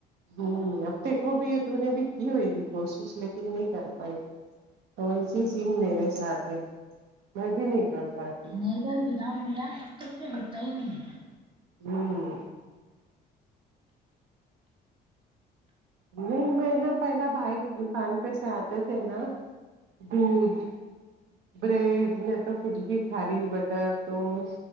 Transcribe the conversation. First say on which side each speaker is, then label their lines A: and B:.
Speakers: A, on the right (about 85°); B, on the right (about 30°).
A: ہ اب دیکھ وہ بھی ہے تو نے بھی کی ہوئے گی کوشش لیکن نہیں کر پائے تو ایسی سی میرے ساتھ ہے میں بھی نہیں کر پاتی
B: نہیں ب بنا ملا مجھے ہوتا ہی نہیں ہے
A: ہوں نہیں میں نا پہلا بھائی دکان پہ سے آتے تھے نا دھ <unintelligible> ارے می تو کچھ بھی کھاری بٹر توس